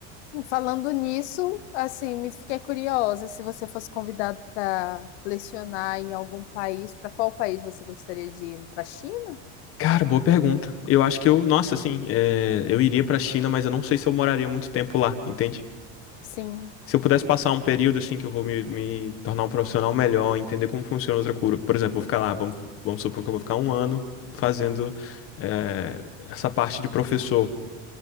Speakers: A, on the left; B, on the left.
A: Falando nisso, assim, me fiquei curiosa se você fosse convidado para lecionar em algum país, para qual país você gostaria de ir? Para China?
B: Cara, boa pergunta. Eu acho que eu, nossa, assim, é, eu iria pra China, mas eu não sei se eu moraria muito tempo lá, entende?
A: Sim.
B: Se eu pudesse passar um período, assim, que eu vou me, me tornar um profissional melhor, entender como funciona outra cultura. Por exemplo, vou ficar lá, vamos, vamos supor que eu vou ficar um ano fazendo é, essa parte de professor,